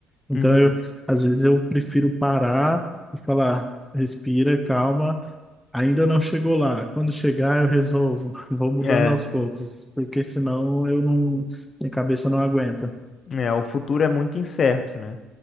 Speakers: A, in the centre; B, on the left.
A: Então,
B: uhum,
A: eu, às vezes eu prefiro parar e falar, respira, calma, ainda não chegou lá. Quando chegar, eu resolvo, <laughs> vou mudando
B: é,
A: aos poucos, porque senão eu não, minha cabeça não aguenta.
B: é, o futuro é muito incerto, né?